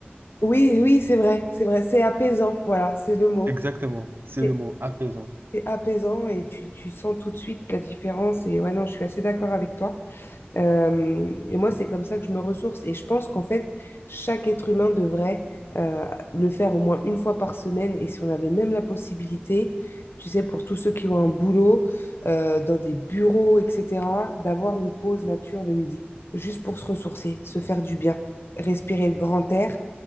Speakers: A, on the left; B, on the right.
A: Oui, oui, c'est vrai, c'est vrai, c'est apaisant, voilà, c'est
B: <laughs>
A: le mot.
B: Exactement, c'est
A: C'est
B: le mot apaisant.
A: c'est apaisant et tu, tu sens tout de suite la différence. Et ouais, non, je suis assez d'accord avec toi. Euh, et moi, c'est comme ça que je me ressource. Et je pense qu'en fait, chaque être humain devrait euh, le faire au moins une fois par semaine. Et si on avait même la possibilité, tu sais, pour tous ceux qui ont un boulot, euh, dans des bureaux, etc., d'avoir une pause nature le midi, juste pour se ressourcer, se faire du bien, respirer le grand air